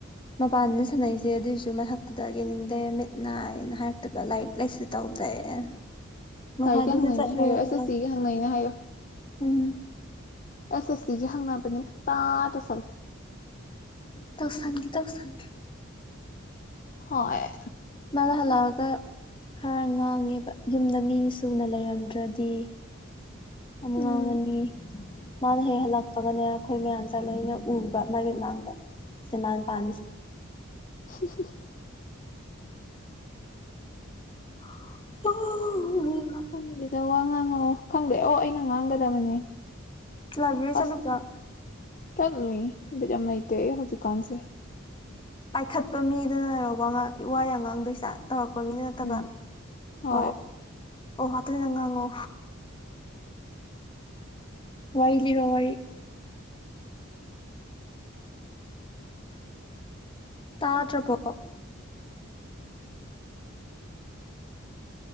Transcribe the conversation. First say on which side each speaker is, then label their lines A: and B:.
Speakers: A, on the left; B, on the left.
A: ꯃꯄꯥꯟꯗ ꯁꯥꯟꯅꯩꯁꯦ ꯑꯗꯨꯑꯣꯏꯁꯨ ꯃꯊꯛꯇꯨꯗ ꯌꯦꯡꯅꯤꯡꯗꯦ ꯃꯤꯠ ꯅꯥꯏꯅ ꯍꯥꯏꯔꯛꯇꯕ ꯂꯥꯏꯔꯤꯛ ꯂꯥꯏꯁꯨ ꯇꯧꯗꯦ <unintelligible> ꯉꯁꯥꯏꯗꯨꯁꯨ
B: ꯂꯥꯏꯔꯤꯛꯀꯤ ꯍꯪꯅꯩꯅ
A: ꯆꯠꯂꯨꯔꯒ
B: ꯍꯥꯏꯌꯣ ꯑꯦꯁ ꯑꯦꯁ ꯁꯤꯒꯤ ꯍꯪꯅꯩꯅ ꯍꯥꯏꯌꯣ
A: ꯎꯝ
B: ꯑꯦꯁ ꯑꯁꯤꯗꯤ ꯌꯥ ꯍꯪꯉꯅꯕꯄ ꯅ ꯇꯥꯛꯒ ꯑꯁꯜ
A: ꯇꯧꯁꯥꯟꯒꯤ ꯇꯧꯁꯪꯈꯤ
B: ꯍꯣꯏ
A: ꯃꯥꯥꯡ ꯍꯜꯂꯑꯒ ꯈꯔ ꯉꯥꯡꯉꯦꯕ ꯌꯨꯝꯗ ꯃꯤ ꯁꯨꯅ ꯂꯩꯔꯝꯗ꯭ꯔꯗꯤ ꯑꯃ
B: ꯎꯝ
A: ꯉꯥꯡꯉꯅꯤ ꯃꯥꯅ ꯍꯦꯛ ꯍꯜꯂꯛꯄꯒꯅꯦ ꯑꯩꯈꯣꯏ ꯃꯌꯥꯝꯁꯦ ꯂꯣꯏꯅ ꯎꯕ ꯃꯥꯏ ꯃꯤꯠꯃꯥꯡꯗ ꯁꯦ ꯃꯥꯅ ꯄꯥꯃꯤꯁꯤ
B: <unintelligible>
A: ꯑꯣ <unintelligible>
B: ꯈꯪꯗꯦꯗ ꯋꯥ ꯉꯥꯡꯉꯣ ꯈꯪꯗꯦ ꯑꯣ ꯑꯩꯅ ꯉꯥꯡꯒꯗꯕꯅꯦ
A: ꯂꯥꯏꯕ꯭ꯔꯦꯔꯤ ꯆꯠꯂꯨꯕ꯭ꯔꯣ
B: ꯑꯁ ꯆꯠꯂꯨꯏ ꯕꯤꯠ ꯌꯥꯝ ꯂꯩꯇꯦ ꯑꯩ ꯍꯧꯖꯤꯛ ꯀꯥꯟꯁꯦ
A: ꯄꯥꯏꯈꯠꯄ ꯃꯤꯗꯅꯔ ꯋꯥꯥꯡ ꯏ ꯋꯥꯏ ꯑ ꯉꯥꯡꯗꯣꯏꯁꯥ ꯇꯧꯔꯛꯄ ꯃꯤꯅ ꯅꯠꯇꯕ
B: ꯎꯝ ꯍꯣꯏ
A: ꯑꯣ ꯑꯣ ꯑꯣ ꯍꯥꯏꯐꯦꯠꯇꯪ ꯉꯥꯡꯉꯣ ꯋꯥꯔꯤ ꯂꯤꯔꯣ ꯋꯥꯔꯤ ꯇꯥꯗ꯭ꯔꯄꯣ